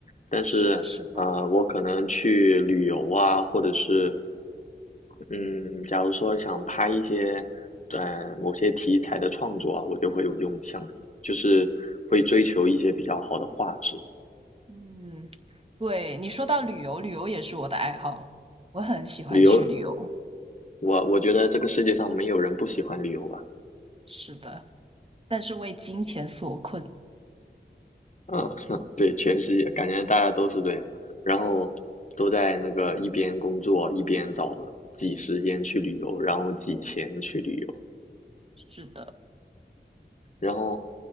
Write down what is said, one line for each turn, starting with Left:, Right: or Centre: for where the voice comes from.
Left: 但是，
Right: 是的，是的。
Left: 呃，我可能去旅游啊，或者是，嗯，假如说想拍一些，呃，某些题材的创作啊，我就会有用相机，就是会追求一些比较好的画质。
Right: 嗯，对，你说到旅游，旅游也是我的爱好，我很喜欢去旅游。
Left: 旅游，我我觉得这个世界上没有人不喜欢旅游吧。
Right: 是的，但是为金钱所困。
Left: 嗯，<laughs> 对，全世界感觉大家都是这样，然后都在那个一边工作一边找挤时间去旅游，然后挤钱去旅游。
Right: 是的，
Left: 然后，